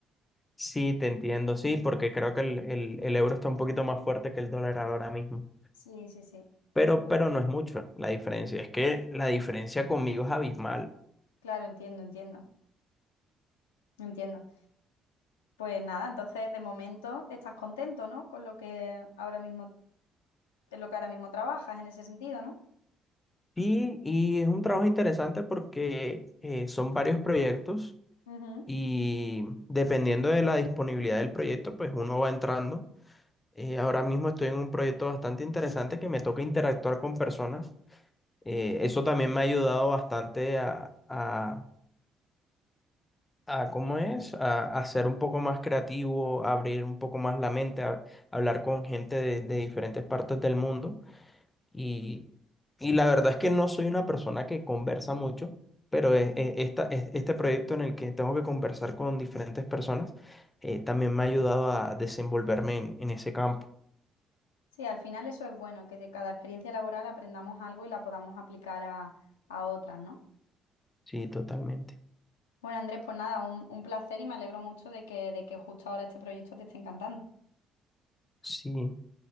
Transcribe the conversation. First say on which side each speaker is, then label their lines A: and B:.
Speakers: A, on the left (about 20°); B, on the left (about 80°).
A: sí, te entiendo, sí, porque creo que el, el, el euro está un poquito más fuerte que el dólar ahora mismo,
B: Sí, sí, sí.
A: pero, pero no es mucho la diferencia, es que la diferencia conmigo es abismal.
B: Claro, entiendo, entiendo, entiendo. Pues nada, entonces de momento estás contento, ¿no? Con lo que ahora mismo, en lo que ahora mismo trabajas en ese sentido, ¿no?
A: Y, y es un trabajo interesante porque eh, son varios proyectos
B: Ujú.
A: y dependiendo de la disponibilidad del proyecto, pues uno va entrando. Eh, ahora mismo estoy en un proyecto bastante interesante que me toca interactuar con personas. Eh, eso también me ha ayudado bastante a, a, a ¿cómo es? A, a ser un poco más creativo, a abrir un poco más la mente, a, hablar con gente de, de diferentes partes del mundo. Y, y la verdad es que no soy una persona que conversa mucho, pero e- e- esta, es- este proyecto en el que tengo que conversar con diferentes personas eh, también me ha ayudado a desenvolverme en, en ese campo.
B: Sí, al final eso es bueno, que de cada experiencia laboral aprendamos algo y la podamos aplicar a, a otras, ¿no?
A: Sí, totalmente.
B: Bueno, Andrés, pues nada, un, un placer y me alegro mucho de que, de que justo ahora este proyecto te esté encantando.
A: Sí.